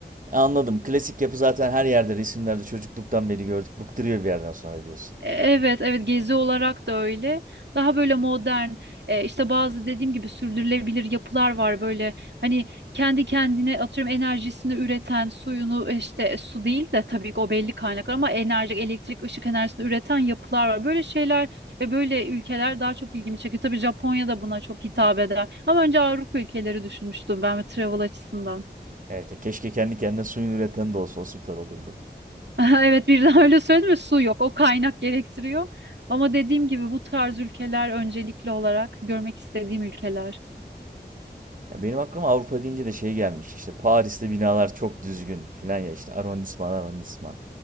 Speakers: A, on the right; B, on the right.
A: E, Anladım. Klasik yapı zaten her yerde resimlerde çocukluktan beri gördük. Bıktırıyor bir yerden sonra diyorsun.
B: Evet, evet gezi olarak da öyle. Daha böyle modern, e, işte bazı dediğim gibi sürdürülebilir yapılar var böyle. Hani kendi kendine atıyorum enerjisini üreten, suyunu e, işte su değil de tabii ki o belli kaynaklar ama enerji, elektrik, ışık enerjisini üreten yapılar var. Böyle şeyler ve böyle ülkeler daha çok ilgimi çekiyor. Tabii Japonya da buna çok hitap eder. Ama önce Avrupa ülkeleri düşünmüştüm ben ve travel açısından.
A: Evet, ya keşke kendi kendine suyunu üreten de olsa o süper olurdu.
B: <laughs> Evet birden öyle söyledim ve su yok. O kaynak gerektiriyor. Ama dediğim gibi bu tarz ülkeler öncelikli olarak görmek istediğim ülkeler.
A: Ya benim aklıma Avrupa deyince de şey gelmiş. işte Paris'te binalar çok düzgün filan ya işte arrondisman arrondisman.